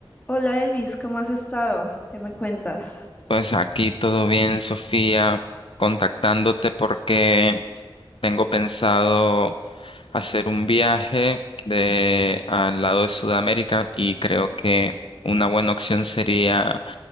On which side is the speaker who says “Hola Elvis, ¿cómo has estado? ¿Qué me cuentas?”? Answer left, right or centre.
Left